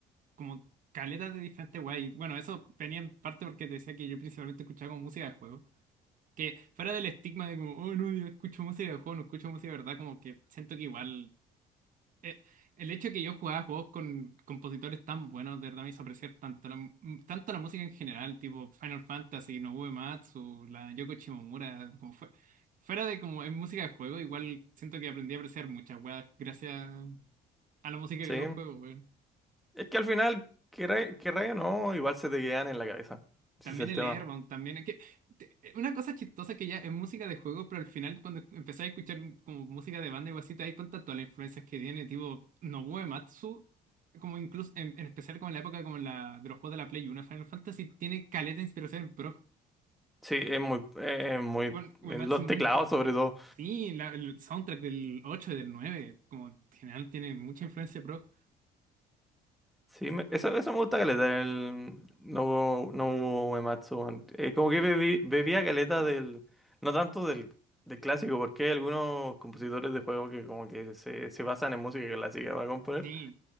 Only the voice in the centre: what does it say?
Sí.
Es que al final, querrá- querrá o no, igual se te quedan en la cabeza. Ese
es el
tema.
Sí, es muy, es muy.
en Los
teclados,
sobre todo.
Sí, me- eso, eso me gusta caleta, el no no Uematsu. weón. Eh, como que bebí- bebía caleta del, no tanto del, del clásico, porque hay algunos compositores de juegos que como que se, se basan en música clásica para componer,